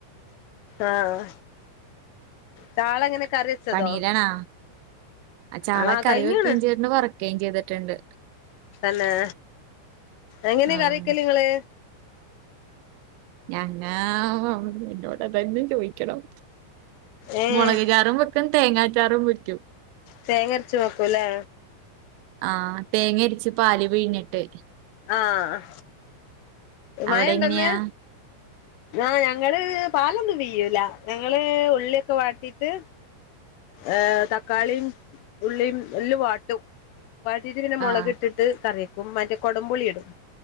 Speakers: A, on the left; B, on the right.
A: ആഹ് ചാളങ്ങനെ കറി വെച്ചതോ
B: പണീലാണാ ചാള
A: ആഹ്
B: കറി
A: കഴിഞ്ഞ്ണ്
B: വെക്കുകയും ചെയ്തിണ്ട് വറക്കുകയും ചെയ്തിട്ട്ണ്ട്
A: തന്നേ എങ്ങനെ
B: ആഹ്
A: കറിവെക്കല്ങ്ങള്
B: ഞങ്ങാ ഓ എന്നോട്തന്നെ ചോയിക്കണം
A: ഏഹ്
B: മുളക് ചാറും വെക് ക്കും തേങ്ങാചാറും വെക്കും
A: തേങ്ങ അരച്ചു വെക്കൂല്ലേ
B: ആഹ് തേങ്ങര്ച്ച് പാല് പിഴിഞ്ഞിട്ട്
A: ആഹ്
B: അവിടെങ്ങനെയാ
A: മഴണ്ടോ ഇന്ന് ആഹ് ഞങ്ങള് പാലൊന്നും പിയ്യൂല ഞങ്ങള് ഉള്ളിയൊക്കെ വാട്ടീട്ട്. ഏഹ് തക്കാളീം ഉള്ളീം എല്ലും വാട്ടും. വാട്ടീട്ട് പിന്നെ മൊളക്
B: ആഹ്
A: ഇട്ടിട്ട് കറിവെക്കും മറ്റേ കൊടംപുളി ഇടും.